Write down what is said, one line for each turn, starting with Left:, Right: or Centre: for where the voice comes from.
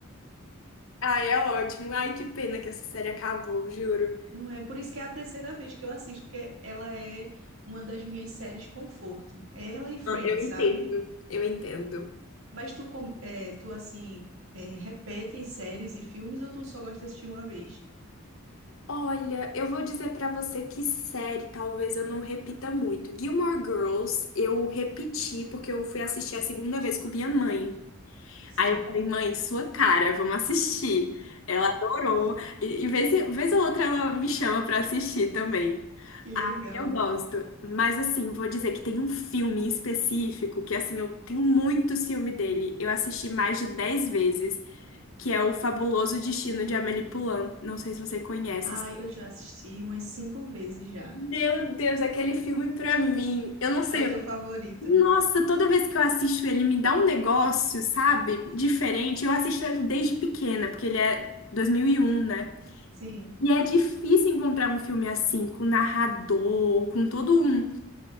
Left: Ai, é ótimo. Ai, que pena que essa série acabou, juro.
Right: Não é por isso que é a terceira vez que eu assisto, porque ela é uma das minhas séries conforto. É Ela e Friends,
Left: Eu entendo,
Right: sabe?
Left: eu entendo.
Right: Mas tu, com- é, tu assim, é, repete séries e filmes ou tu só gosta de assistir uma vez?
Left: Olha, eu vou dizer pra você que série talvez eu não repita muito. Gilmore Girls eu repeti porque eu fui assistir a segunda vez com minha mãe.
Right: Sim,
Left: Aí eu falei, mãe, sua cara, vamos assistir. Ela adorou. E, e vez, e- vez ou outra ela me chama pra assistir também.
Right: que legal.
Left: Aí eu gosto. Mas assim, vou dizer que tem um filme em específico que assim, eu tenho muito ciúme dele. Eu assisti mais de 10 vezes, que é O Fabuloso Destino de Amélie Poulain. Não sei se você conhece.
Right: Ah,
Left: esse
Right: eu já assisti umas cinco vezes já.
Left: Meu Deus, aquele filme pra mim. Eu não sei.
Right: É o teu favorito?
Left: Nossa, toda vez que eu assisto ele, me dá um negócio, sabe? Diferente. Eu assisto ele desde pequena, porque ele é 2001, né?
Right: Sim.
Left: E é difícil encontrar um filme assim, com narrador, com todo um,